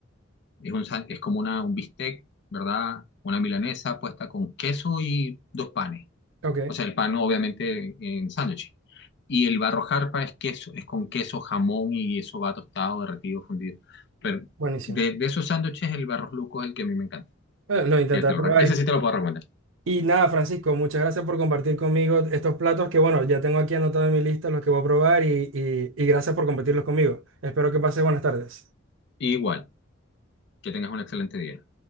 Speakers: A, on the left (about 60°); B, on the right (about 75°).
A: Es, un sa- es como una, un bistec, ¿verdad? Una milanesa puesta con queso y dos panes.
B: Ok,
A: O sea, el pan obviamente en sándwich. Y el barrojarpa es queso, es con queso, jamón y eso va tostado, derretido, fundido. Pero
B: buenísimo.
A: de, de esos sándwiches, el barros luco es el que a mí me encanta.
B: Eh, Lo intentaré
A: Que te lo,
B: probar.
A: re- ese sí te lo puedo recomendar.
B: Y nada, Francisco, muchas gracias por compartir conmigo estos platos que, bueno, ya tengo aquí anotado en mi lista los que voy a probar y, y y gracias por compartirlos conmigo. Espero que pases buenas tardes.
A: Igual, que tengas un excelente día.